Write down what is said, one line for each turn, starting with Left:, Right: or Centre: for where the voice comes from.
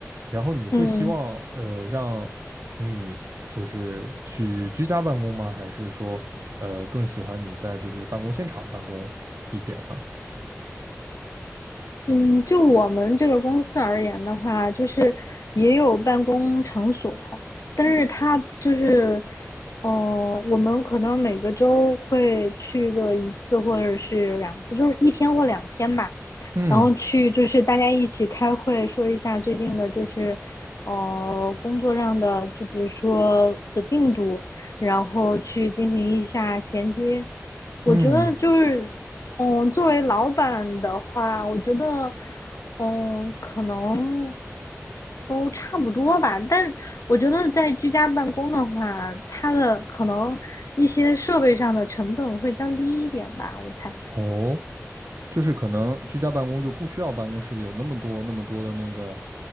Right: 然后你会希望呃让你就是去居家办公吗？
Left: 嗯
Right: 还是说呃更喜欢你在就是办公现场办公一点呢？
Left: 嗯，就我们这个公司而言的话，就是也有办公场所，但是它就是，嗯，我们可能每个周会去个一次或者是两次，就是一天或两天吧，
Right: 嗯
Left: 然后去就是大家一起开会，说一下最近的，就是，呃，工作上的，就比如说的进度，然后去进行一下衔接。我觉得就是。
Right: 嗯，
Left: 嗯，作为老板的话，我觉得，嗯，可能都差不多吧。但我觉得在居家办公的话，它的可能一些设备上的成本会降低一点吧，我猜。
Right: 哦，就是可能居家办公就不需要办公室里有那么多那么多的那个